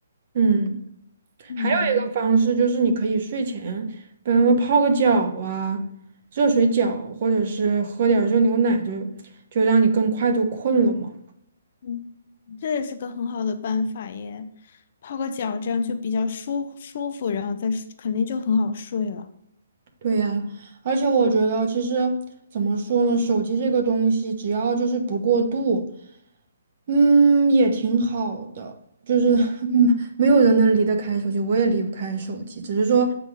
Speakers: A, on the right (about 50°); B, on the left (about 45°).
A: 嗯。
B: 嗯。
A: 还有一个方式就是，你可以睡前，比方说泡个脚啊，热水脚，或者是喝点儿热牛奶，就就让你更快就困了嘛。
B: 嗯，这也是个很好的办法耶，泡个脚，这样就比较舒舒服，然后再睡肯定就很好睡了。
A: 对呀，而且我觉得其实怎么说呢，手机这个东西，只要就是不过度，嗯，也挺好的。就是 <laughs> 嗯，没有人能离得开手机，我也离不开手机，只是说